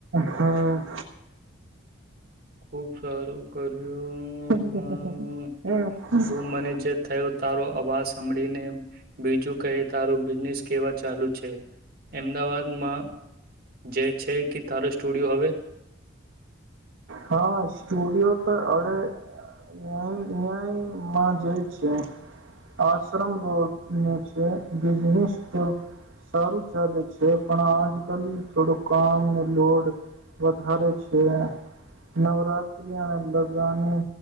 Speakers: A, on the right (about 75°); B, on the right (about 45°).
A: હા
B: ખુબ સારું કર્યું
A: હ
B: પણ હું મને જે થયો તારો અવાજ સાંભળીને બીજું કહે તારું બિઝનેસ કેવા ચાલુ છે, અમદાવાદમાં જે છે, કે તારો સ્ટુડિયો હવે
A: હા સ્ટુડિયો તો અડ અ અયાઈમાં જે છે, આશ્રમ રોડને છે, બિઝનેસ તો સારું ચાલે છે, પણ આજ કલ થોડું કામને લોડ વધારે છે. નવરાત્રી અને લગનની